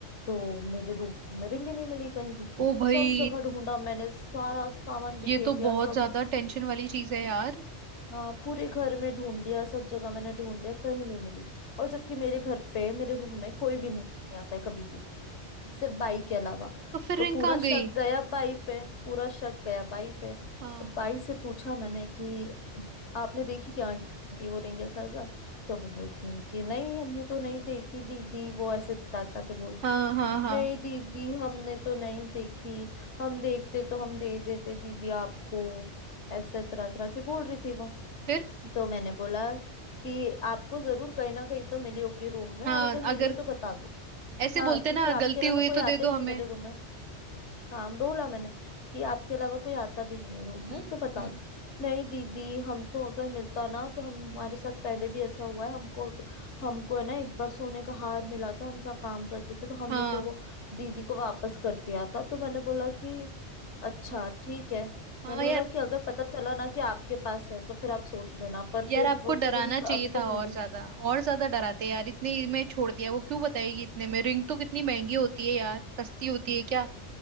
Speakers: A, on the left; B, on the right.
A: तो मेरे रूम में रिंग ही नहीं मिली कहीं भी
B: ओ भाई
A: सब जगह ढूंढा मैंने सारा सामान बिखेर
B: ये तो
A: दिया
B: बहुत
A: सब
B: ज्यादा टेंशन वाली चीज है यार
A: हाँ पूरे घर में ढूंढ लिया सब जगह मैंने ढूंढ लिया कहीं नहीं मिली और जबकि मेरे घर पे मेरे रूम में कोई भी नहीं आता है कभी भी सिर्फ बाई के अलावा
B: तो फिर
A: तो
B: रिंग
A: पूरा
B: कहाँ
A: शक
B: गई
A: गया बाई पे पूरा शक गया बाई पे
B: हाँ
A: अब बाई से पूछा मैंने कि आपने देखी क्या आंटी वो रिंग ऐसा ऐसा तो वो बोलती है कि नहीं हमने तो नहीं देखी दीदी वो ऐसे तड़ा तड़ा के बोलती
B: हाँ हाँ हाँ
A: नहीं दीदी हमने तो नहीं देखी हम देखते तो हम दे देते दीदी आपको ऐसे तरह तरह के बोल रही थी वो
B: फिर
A: तो मैंने बोला कि आपको जरूर कहीं ना कहीं तो मिली होगी रूम में
B: हाँ
A: और अगर मिली
B: अगर
A: है तो बता दो
B: ऐसे
A: हाँ
B: बोलते
A: क्योंकि
B: ना
A: आपके
B: गलती
A: अलावा
B: हुई
A: कोई आता
B: तो दे
A: ही
B: दो हमें
A: नहीं मेरे रूम में हाँ बोला मैंने कि आपके अलावा कोई आता भी नहीं है रूम
B: हम्म
A: में तो बता
B: हम्म
A: दो नहीं दीदी हम तो अगर मिलता ना तो हम हमारे साथ पहले भी ऐसा हुआ है हमको हमको है ना एक बार सोने का हार मिला था हम जहाँ काम करते थे तो हमने
B: हाँ
A: तो वो दीदी को वापस कर दिया था तो मैंने बोला कि अच्छा ठीक है
B: हाँ
A: मैंने बोला
B: यार
A: कि अगर पता चला ना कि आपके पास है तो फिर आप सोच लेना पर
B: यार
A: फिर
B: आपको
A: वो तो
B: डराना
A: रिंग
B: चाहिए
A: अभी तक
B: था और
A: मिली
B: ज्यादा और ज्यादा डराते यार इतने ही में छोड़ दिया वो क्यों बताएगी इतने में रिंग तो कितनी महंगी होती है यार सस्ती होती है क्या